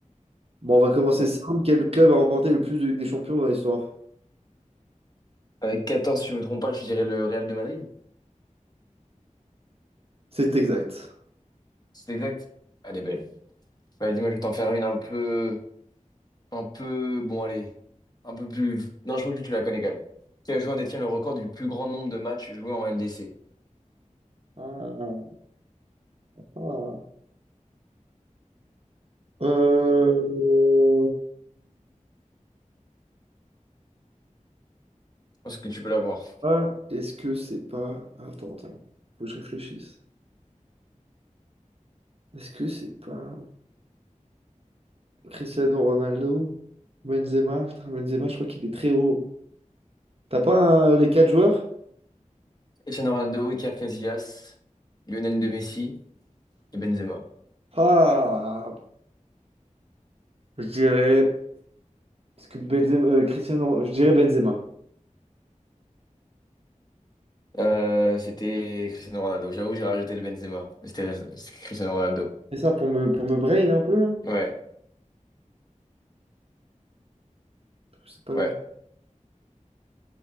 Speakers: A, on the right (about 50°); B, on the left (about 30°).
A: Bon, on va commencer
B: Ouais.
A: simple. Quel club a remporté le plus de Ligue des Champions dans l'histoire?
B: Avec 14, si je me trompe pas, je dirais le Real de Madrid.
A: C'est exact.
B: C'est exact? Elle est belle. Bah, dis-moi, je vais t'en faire une un peu... Un peu... Bon, allez. Un peu plus... Non, je pense que tu la connais quand même. Quel joueur détient le record du plus grand nombre de matchs joués en LDC?
A: Ah, ah. Euh,
B: Je pense que tu peux l'avoir.
A: ah, est-ce que c'est pas... Attends, attends. Faut que je réfléchisse. Est-ce que c'est pas Cristiano Ronaldo? Benzema? Putain, Benzema, je crois qu'il est très haut. T'as pas un- les quatre joueurs?
B: Cristiano Ronaldo, Iker Casillas, Lionel de Messi et Benzema.
A: Ah, je dirais. Parce que Benzema, euh, Cristiano, je dirais Benzema.
B: Euh, c'était Cristiano Ronaldo. J'avoue, j'ai rajouté le Benzema. Mais c'était c'est Cristiano Ronaldo.
A: C'est ça pour me pour me brain un peu là?
B: Ouais,
A: Je sais pas. genre.
B: ouais.